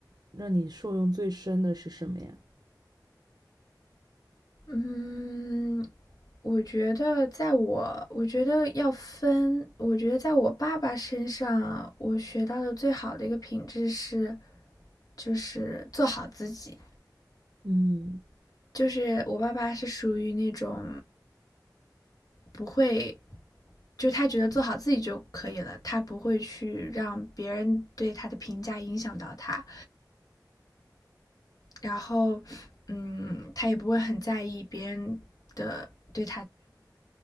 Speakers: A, on the right; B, on the left.
A: 让你受用最深的是什么呀？
B: 嗯，我觉得在我，我觉得要分，我觉得在我爸爸身上，我学到的最好的一个品质是，就是做好自己。
A: 嗯
B: 就是我爸爸是属于那种不会，就他觉得做好自己就可以了，他不会去让别人对他的评价影响到他，然后，嗯，他也不会很在意别人的对。